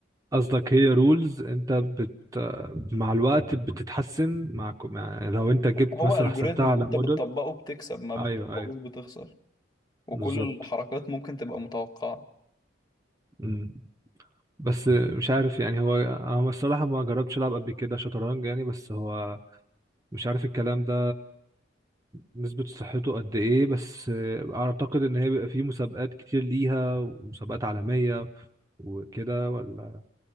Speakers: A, on the right; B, on the left.
A: قصدك هي رولز انت بت آه، مع الوقت بتتحسن مع كو- مع- لو انت جبت
B: هو
A: مثلا
B: الجوريزم
A: حسبتها على
B: انت
A: موديل
B: بتطبقه بتكسب ما بتطبقوش
A: ايوه ايوه
B: بتخسر وكل
A: بالظبط
B: الحركات ممكن تبقى متوقعة
A: مم. بس مش عارف يعني هو انا الصراحه ما جربتش العب قبل كده شطرنج يعني بس هو مش عارف الكلام ده نسبة صحته قد إيه بس آه، أعتقد إن هي بيبقى فيه مسابقات كتير ليها ومسابقات عالمية وكده ولا